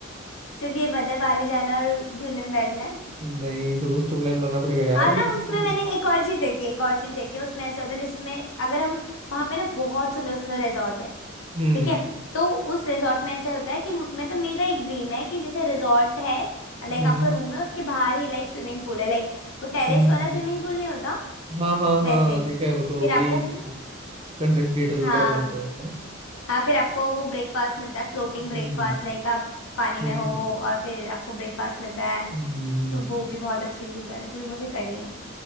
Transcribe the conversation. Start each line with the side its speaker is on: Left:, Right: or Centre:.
Left: सिर्फ ये बता बाली जाना और झूले में बैठना
Right: नहीं तो कुछ तो प्लान बनाना पड़ेगा यार
Left: और
Right: कि
Left: ना उसमें
Right: हम्म
Left: मैंने एक और चीज देखी है, एक और चीज देखी है, उसमें ऐसा होता है जिसमें अगर हम वहां पे ना बहुत सुंदर सुंदर रिजॉर्ट है
Right: हम्म
Left: ठीक है तो उस रिजॉर्ट में ऐसा होता है कि मु- मतलब मेरा एक ड्रीम है कि जैसे रिजॉर्ट है लाइक
Right: हम्म
Left: आपका रूम है उसके बाहर ही लाइक स्विमिंग पूल है लाइक वो टेरेस
Right: हम्म
Left: वाला
Right: हम्म।
Left: स्विमिंग पूल नहीं होता
Right: हाँ हाँ हाँ
Left: वैसे
Right: देखा है वो तो
Left: फिर
Right: वही
Left: आपको फ्ल-
Right: कंटेंट क्रिएटर्स वगैरह
Left: हाँ
Right: बनाते हैं है ना?
Left: हाँ फिर आपको वो ब्रेकफास्ट मिलता है फ्लोटिंग ब्रेकफास्ट
Right: हम्म
Left: लाइक आप पानी में
Right: हम्म,
Left: हो और फिर आपको ब्रेकफास्ट मिलता है
Right: हम्म,
Left: तो वो भी बहुत अच्छी चीज है जो मुझे करनी है